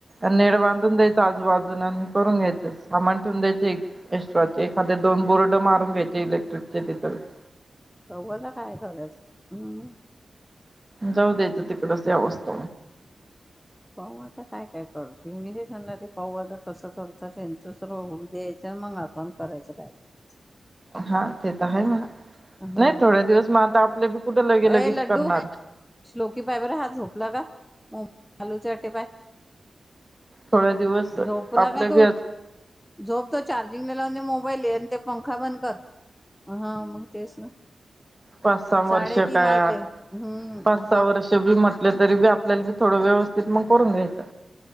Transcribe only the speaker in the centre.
कववाता काय करायच हम्म <unintelligible>
पाहू, आता काय काय कर तुम्ही मी ते सांगला ते पाहू आता कसं करत त्यांच सर्व होऊ द्यायच, मग आपण करायचं काय करायचं.
हा,
अ लड्डू,
श्लोकी पाय बर हा झोपला का? हो आलूचेटे पाय.
झोपला
का तू
झोप तो चार्जिंगला लावे मोबाईल ये आणि ते पंखा बंद कर हा मग तेच ना.
साडेतीन
वाजले हम्म
हा